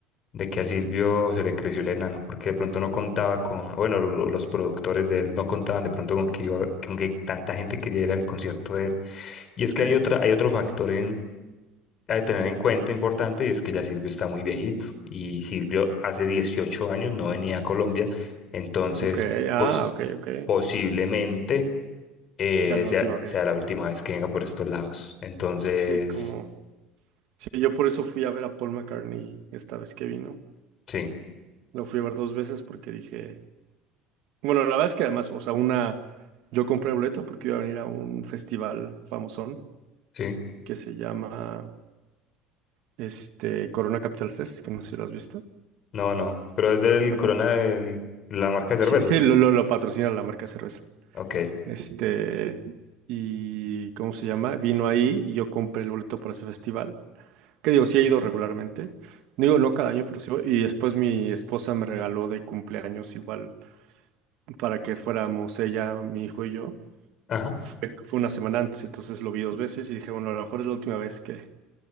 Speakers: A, on the left (about 35°); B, on the right (about 60°).
A: de que a Silvio se le creció el enano, porque de pronto no contaba con, bueno, lo- lo- los productores de él no contaban de pronto con que iba, con que tanta gente quería ir al concierto de él. Y es
B: Ok,
A: que hay otra, hay otro factor a tener en cuenta importante es que ya Silvio está muy viejito y Silvio hace 18 años no venía a Colombia, entonces
B: Ok, ah,
A: pos-
B: ok, ok.
A: posiblemente eh,
B: Sea la
A: sea,
B: última vez.
A: sea la última vez que venga por estos lados. Entonces,
B: Sí, como. Sí, yo por eso fui a ver a Paul McCartney esta vez que vino.
A: sí,
B: Lo fui a ver dos veces porque dije. Bueno, la verdad es que además, o sea, una. Yo compré boleto porque iba a venir a un festival famosón
A: sí,
B: que se llama este Corona Capital Fest, que no sé si lo has visto.
A: no, no, pero es del
B: Bueno,
A: Corona, del- la marca de cervezas.
B: sí, sí, lo, lo, lo patrocina la marca cerveza.
A: Ok,
B: Este, y ¿cómo se llama? Vino ahí y yo compré el boleto para ese festival. Que digo, sí he ido regularmente. No digo, no cada año, pero sí. voy. Y después mi esposa me regaló de cumpleaños igual para que fuéramos ella, mi hijo y yo.
A: ajá.
B: Fue, fue una semana antes, entonces lo vi dos veces y dije, bueno, a lo mejor es la última vez que,